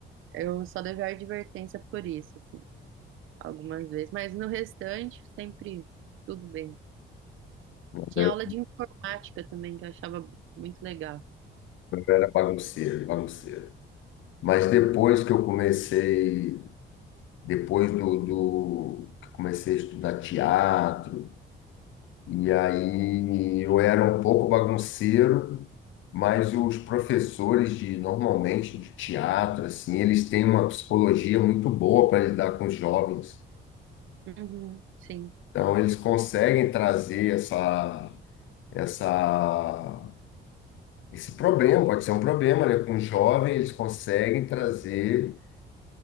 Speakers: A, on the right (about 80°); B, on the left (about 75°).
A: Eu só levei a advertência por isso, assim, algumas vezes. Mas no restante, sempre tudo bem.
B: Eu
A: Tinha aula de informática também, que eu achava muito legal.
B: eu era bagunceiro, bagunceiro. Mas depois que eu comecei, depois do, do que eu comecei a estudar teatro, E aí eu era um pouco bagunceiro, mas os professores de normalmente de teatro, assim, eles têm uma psicologia muito boa para lidar com os jovens.
A: Uhum, sim.
B: Então eles conseguem trazer essa essa esse problema, pode ser um problema, né? Com o jovem, eles conseguem trazer,